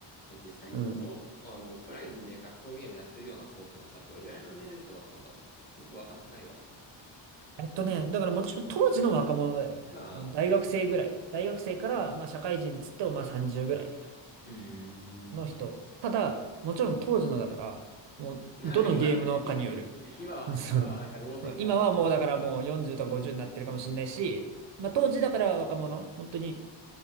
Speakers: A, on the left (about 20°); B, on the right (about 70°).
A: 実際のところ、
B: うん。
A: あの、オフラインで格闘ゲームやってるような層ってなんかどれぐらいの年齢層だったんだろう。よくわかってないわ。
B: えっとね、だからもちろん当時の若者だよね。
A: まあ、
B: あの、大学生ぐらい。大学生から、まあ社会人つってもまあ30ぐらい。
A: うーん。
B: の人。ただ、もちろん当時のだから、もう、
A: まあ、
B: どのゲームのかによる。
A: <laughs> 今、い今は、
B: <laughs> そう
A: 今はなんか老人がだいぶ。
B: 今はもうだからもう40とか50になってるかもしれないし、まあ当時だから若者、本当に